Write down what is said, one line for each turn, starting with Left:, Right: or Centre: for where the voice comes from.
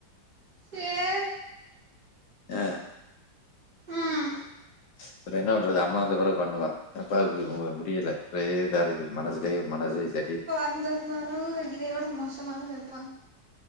Right: சேர்
Left: அ
Right: ம்
Left: அப்புற என்ன பண்றது அம்மா வந்தா பெறவு பண்ணுவா அப்பாக்கு கொஞ்ச முடியல ஒரே இதா இருக்கு மனசுலயு மனசே சரியில்ல
Right: அந்த வரவ இதையோட மோசமாதா வெப்பாங்க